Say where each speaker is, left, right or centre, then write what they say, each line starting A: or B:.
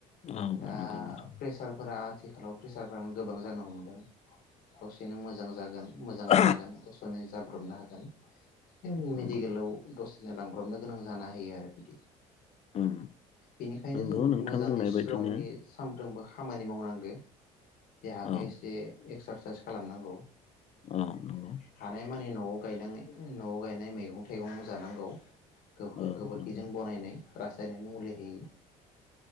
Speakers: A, on the left (about 40°); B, on the left (about 65°).
A: औ
B: दा
A: नंगौ नोंथां
B: प्रेसारफोरा आथ थिखालाव प्रेसारफ्रानो गोबां जानो हमदों दसेनो मोजां जागोन मोजाङै
A: औ
B: थागोन गसाइनि जाब्रबनो हागोन ओम
A: नंगौ
B: मेडिकेलाव दसे लांब्रबनो गोनां जाना होयो आरो बिदि
A: उम
B: बेनिखायनो
A: नंगौ
B: जों
A: नोंथां
B: मोजाङै
A: बुंनाय
B: स्ट्रंलि
A: बायदिनो
B: सामफ्रोमबो खामानि मावनांदो देहाखो
A: औ
B: एसे एक्सारसाइस खालामनांगौ
A: औ नंगौ
B: हानाय मानि नआव गायनांयै नआव गायनाय मैगं थाइगं जानांगौ गौ खो
A: औ
B: गोबोरखिजों
A: नंगौ
B: बरायनाय रासायनायनि मुलि होयो